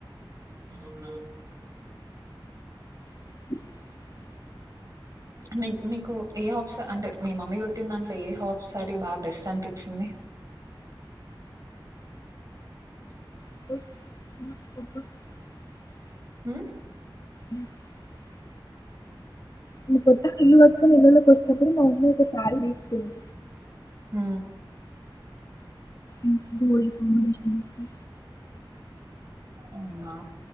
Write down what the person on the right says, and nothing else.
అవునా
మీ మీకు ఏ హాఫ్స అంటే మీ మమ్మీ కుట్టిన దాంట్లో ఏ హాఫ్సారీ బాగా బెస్ట్ అనిపిచింది <unintelligible>
ఉ
ఊ
అవునా